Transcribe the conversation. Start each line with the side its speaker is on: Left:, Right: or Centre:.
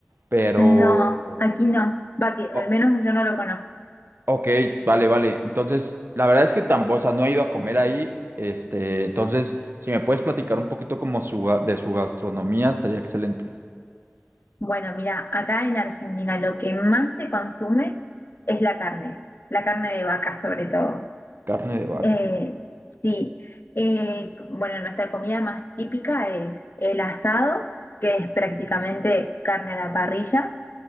Right: Pero,
Left: No, aquí no. Va que
Right: o-
Left: al menos yo no lo conozco.
Right: ok, vale, vale. Entonces, la verdad es que tampoco, o sea, no he ido a comer ahí. Este, entonces, si me puedes platicar un poquito como su, ga- de su gastronomía, estaría excelente.
Left: Bueno, mira, acá en Argentina lo que más se consume es la carne, la carne de vaca sobre todo.
Right: Carne de vaca.
Left: Eh, sí, eh, bueno, nuestra comida más típica es el asado, que es prácticamente carne a la parrilla.